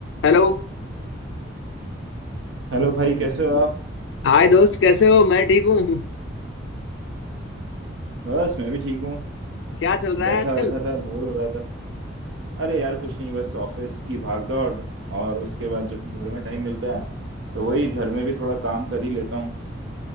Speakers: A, on the left; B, on the right.
A: Hello
B: Hello भाई कैसे हो आप
A: Hi दोस्त कैसे हो मैं ठीक हूँ
B: बस मैं भी ठीक हूँ
A: क्या चल रहा
B: बैठा
A: है आजकल
B: बैठा था बोर हो रहा था अरे यार कुछ नहीं बस ऑफिस की भागदौड़ और उसके बाद जब घर में टाइम मिलता है तो वही घर में भी थोड़ा काम कर ही लेता हूँ